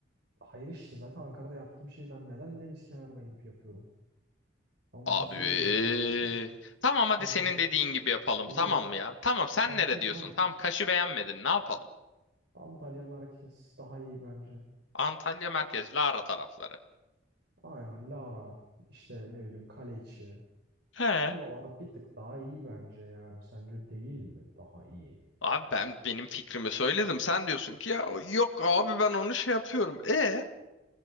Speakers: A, on the right (about 60°); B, on the left (about 70°).
A: hayır işte zaten Ankara'da yaptığım şeyi ben neden deniz kenarına gidip yapıyorum? Ben
B: Abi.
A: bunu soruyorum sana ya.
B: Tamam hadi
A: Hani
B: senin dediğin gibi yapalım.
A: <laughs> bu
B: Tamam mı ya? Tamam sen
A: Ant
B: nere diyorsun?
A: tam
B: Tamam Kaş'ı beğenmedin. Ne yapalım?
A: Antalya merkez daha iyi bence.
B: Antalya merkez Lara tarafları.
A: Aynen Lara işte ne bileyim Kaleiçi.
B: He.
A: Buralar bir tık daha iyi bence yani. Sence değil mi? Daha iyi.
B: Abi ben benim fikrimi söyledim. Sen diyorsun ki ya yok abi ben onu şey yapıyorum. E?